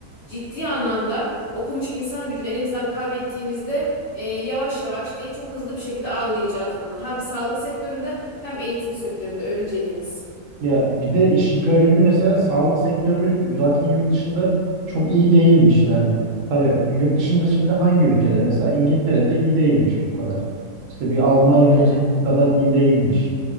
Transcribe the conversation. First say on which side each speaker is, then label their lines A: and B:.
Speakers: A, on the left; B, on the right.
A: Ciddi anlamda okumuş insan gücünü elimizden kaybettiğimizde e, yavaş yavaş değil çok hızlı bir şekilde anlayacağız bunu. Hem sağlık sektöründe hem eğitim sektöründe önceliğimiz.
B: Ya bir de işi garibi mesela sağlık sektörü zaten yurt dışında çok iyi değilmiş yani. Tabii yurt dışında şimdi hangi ülkede? Mesela İngiltere'de iyi değilmiş bu kadar. İşte bir Almanya'da
A: Evet.
B: bizimki kadar iyi değilmiş.